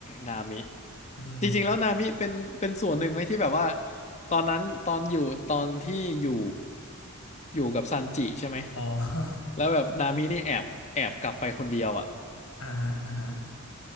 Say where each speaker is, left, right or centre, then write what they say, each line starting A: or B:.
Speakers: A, on the left (about 30°); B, on the left (about 75°).
A: นามิ
B: อืม
A: จริงๆแล้วนามิเป็นเป็นส่วนหนึ่งไหมที่แบบว่าตอนนั้นตอนอยู่ตอนที่อยู่อยู่กับซันจิใช่ไหม
B: อ๋อ
A: แล้วแบบนามินี่แอบแอบกลับไปคนเดียวอะ
B: <laughs> อ่าฮะอ่าฮะ